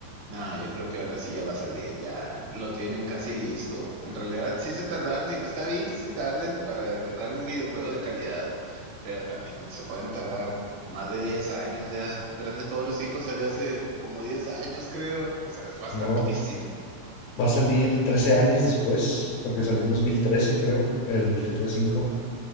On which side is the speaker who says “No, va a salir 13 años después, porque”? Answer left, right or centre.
Left